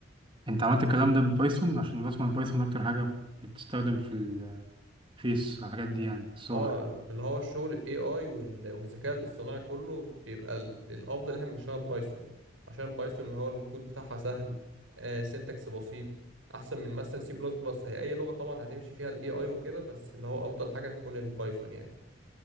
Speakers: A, on the right; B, on the right.
A: انت عملت الكلام ده بالبايثون عشان بسمع البايثون اكتر حاجه بتستخدم في الفيس الحاجات دي يعني الصور
B: اه اللي هو الشغل الاي اي والذكاء الاصطناعي كله بيبقى ال- الافضل احنا بنشتغل بايثون عشان البايثون اللي هو الكود بتاعها سهل آه سينتاكس بسيط احسن من مثلا سي بلس بلس هي اي لغة طبعا هتمشي فيها الاي اي وكده بس اللي هو افضل حاجة تكون البايثون يعني